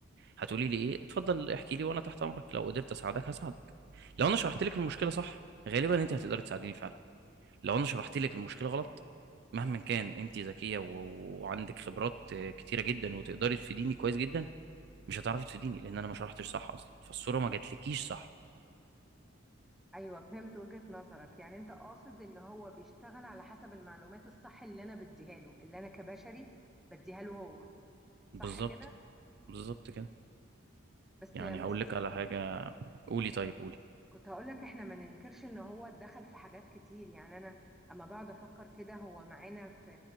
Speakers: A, on the right; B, in the centre.
A: هتقولي لي ايه اتفضل احكي لي وانا تحت امرك لو قدرت اساعدك هساعدك لو انا شرحت لك المشكله صح غالبا انت هتقدري تساعديني فعلا لو انا شرحت لك المشكله غلط مهما كان انت ذكيه و- وعندك خبرات آه، كتيره جدا وتقدري تفيديني كويس جدا مش هتعرفي تفيديني لان انا ما شرحتش صح اصلا فالصوره ما جاتلكيش صح
B: ايوه فهمت وجهة نظرك يعني انت قاصد ان هو بيشتغل على حسب المعلومات الصح اللي انا بديها له اللي انا كبشري بديها له هو صح
A: بالظبط
B: كده
A: بالظبط كده
B: مم. بس
A: يعني
B: بس
A: هقول لك على حاجه قولي طيب قولي
B: كنت هقول لك احنا ما ننكرش ان هو اتدخل في حاجات كتير يعني انا اما بقعد افكر كده هو معانا في